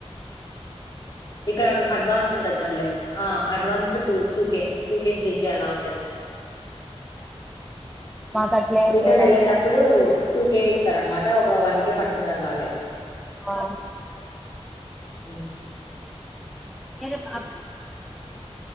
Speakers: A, on the left (about 35°); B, in the centre.
A: ఇక్కడ అడ్ అడ్వాన్స్ ఉంటది మళ్ళి. ఆహ్ అడ్వాన్స్ టూ టూకే, టూకే త్రీకే అలా ఉంటాది.
B: మాకు అట్లే ఏం
A: రిటర్న్
B: లేదు
A: వెళ్ళేటప్పుడు
B: అక్క
A: టూకే ఇస్తారనమట ఒక వన్ కే పట్టుకుంటారు వాళ్ళే.
B: మా ద.
A: ఉమ్.
B: ఏరే బాబు